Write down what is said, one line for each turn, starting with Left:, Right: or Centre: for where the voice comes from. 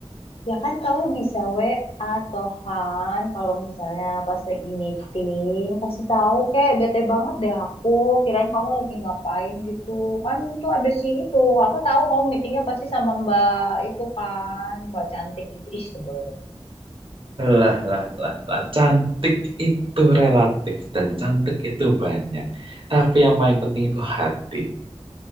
Left: Ya kan kamu bisa WA toh, Han. Kalau misalnya pas lagi meeting, kasih tahu kek. Bete banget deh aku. Kirain kamu lagi ngapain gitu. Kan itu ada sih itu. Aku tahu kamu meetingnya pasti sama Mbak itu kan. Mbak cantik itu. Ih, sebel deh.
Right: Lah lah lah lah cantik itu relatif dan cantik itu banyak, tapi yang paling penting itu hati.